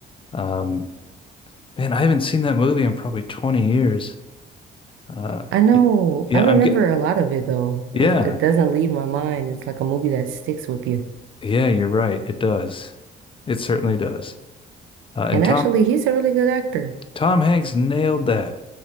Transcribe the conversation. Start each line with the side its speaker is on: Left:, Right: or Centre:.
Left: Um, man, I haven't seen that movie in probably 20 years. Uh,
Right: I know.
Left: y- yeah,
Right: I remember
Left: I'm, ge-
Right: a lot of it though.
Left: yeah,
Right: It, it doesn't leave my mind. It's like a movie that sticks with you.
Left: yeah, you're right. It does. It certainly does. Uh, and
Right: And actually,
Left: Tom,
Right: he's a really good actor.
Left: Tom Hanks nailed that.